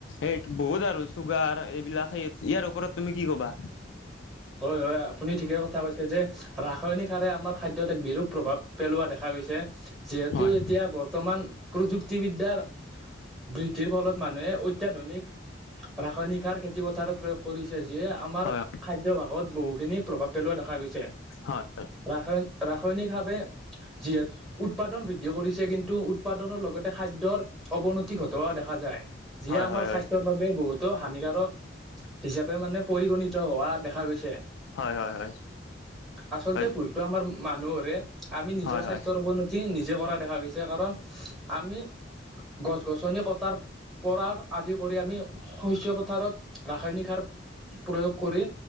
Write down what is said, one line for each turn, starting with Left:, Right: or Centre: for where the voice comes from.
Left: এই বহুত আৰু। চুগাৰ এইবিলাক সেই ইয়াৰ ওপৰত তুমি কি ক'বা।
Centre: হয়, হয়, আপুনি ঠিকে কথা কৈছে যে ৰাসায়নিক সাৰে আমাৰ খাদ্যত এক বিৰূপ প্ৰভাৱ পেলোৱা দেখা গৈছে, যিহেতু
Left: হয়
Centre: এতিয়া বৰ্তমান প্ৰযুক্তিবিদ্যাৰ বৃদ্ধিৰ ফলত মানুহে অত্যাধুনিক ৰাসায়নিক সাৰ খেতিপথাৰত প্ৰয়োগ কৰিছে যিয়ে আমাৰ
Left: হয়
Centre: খাদ্যভাগত বহুখিনি প্ৰভাৱ পেলোৱা দেখা গৈছে।
Left: হয়
Centre: ৰাসা ৰাসায়নিকভাৱে যিহেতু উৎপাদন বৃদ্ধি কৰিছে কিন্তু উৎপাদনৰ লগতে খাদ্য অৱনতি ঘটোৱা দেখা যায়। যিয়ে
Left: হয়
Centre: আমাৰ স্বাস্থ্যৰ
Left: হয়
Centre: বাবে বহুতো হানিকাৰক হিচাপে মানে পৰিগণিত হোৱা দেখা গৈছে। <inaudible>
Left: হয়, হয়, হয়।
Centre: আচলতে
Left: হয়
Centre: ভুলতো আমাৰ মানুহৰে, আমি নিজৰ
Left: হয়
Centre: স্বাস্থ্যৰ
Left: হয় হয়
Centre: অৱনতি নিজে কৰা দেখা গৈছে কাৰণ আমি গছ গছনি কটাৰ পৰা আদি কৰি আমি শস্য পথাৰত ৰাসায়নিক সাৰ প্ৰয়োগ কৰি